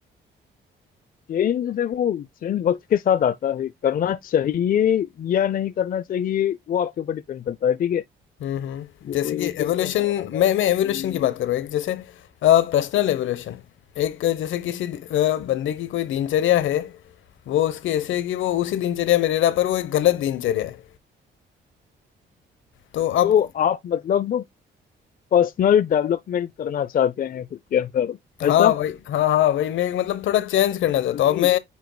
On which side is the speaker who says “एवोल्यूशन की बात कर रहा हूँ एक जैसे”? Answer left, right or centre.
Left